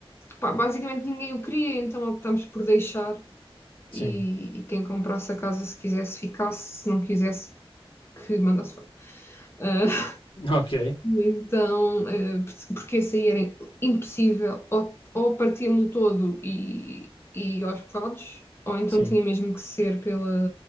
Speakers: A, on the left; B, on the left.
A: pá, basicamente ninguém o queria, então optámos por deixar
B: Sim.
A: e, e quem comprasse a casa, se quisesse, ficasse, se não quisesse, que mandasse fora. Ah,
B: <laughs> Ok.
A: e Então, eh, porque esse aí era impossível, ou, ou partia-me o todo e, e aos bocados, ou então
B: Sim.
A: tinha mesmo que ser pela,